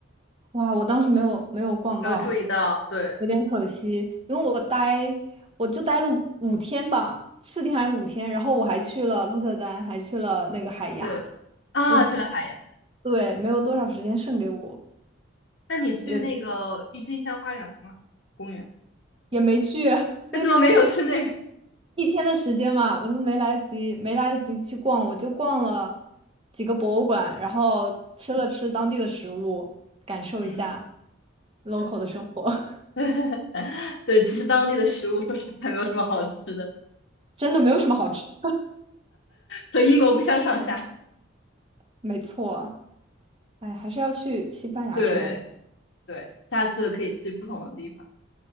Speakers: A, on the right; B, on the left.
A: 哇，我当时没有没有逛到，
B: 没有注意到，对
A: 有点可惜，因为我待我就待了五五天吧，四天还五天，然后我还去了鹿特丹，还去了那个海牙，
B: 对啊，
A: 我
B: 去了海牙，
A: 对没有多少时间剩给我，
B: 那你去那个郁金香花园了吗？
A: 有
B: 公园？
A: 也没去，<laughs> 因为
B: 那怎么没有去那个？
A: 一天的时间嘛，我都没来得及，没来得及去逛，我就逛了几个博物馆，然后吃了吃当地的食物，感受一下
B: 嗯，
A: local
B: 对
A: 的生活，<laughs>
B: <laughs> 对，其实当地的食物说实话没有什么好吃的，
A: 真的没有什么好吃的，
B: 和英国不相上下。
A: 没错，哎，还是要去西班牙吃东西。
B: 对对，下次可以去不同的地方